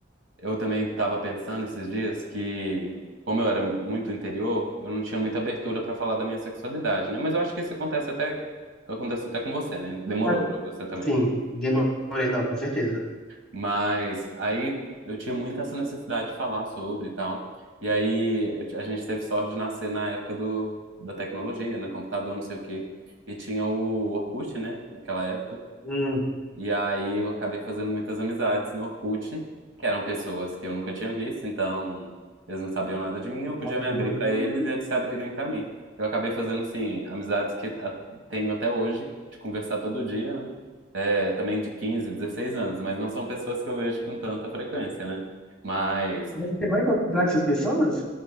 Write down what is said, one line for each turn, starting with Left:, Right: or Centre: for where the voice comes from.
Right: eu também estava pensando esses dias que, como eu era muito interior, eu não tinha muita abertura para falar da minha sexualidade, né? Mas eu acho que isso acontece até, acontece até com você, né? Demorou
Centre: Ah,
Right: para você também,
Centre: Sim,
Right: né?
Centre: demorei, não, com certeza.
Right: Mas aí eu tinha muito essa necessidade de falar sobre e tal. E aí eu- a gente teve sorte de nascer na época do, da tecnologia, né? Computador, não sei o quê. E tinha o Orkut, né? Naquela época.
Centre: Hum,
Right: E aí eu acabei fazendo muitas amizades no Orkut, que eram pessoas que eu nunca tinha visto, então eles não sabiam nada de mim, eu
Centre: um
Right: podia
Centre: pouquinho.
Right: me abrir pra
Centre: Uhum.
Right: eles e eles se abrirem pra mim. Eu acabei fazendo, assim, amizades que a- tenho até hoje, de conversar todo dia, né? É, também de 15 16 anos, mas não são pessoas que eu vejo com tanta frequência, né? Mas,
Centre: Mas você vai encontrar com essas pessoas?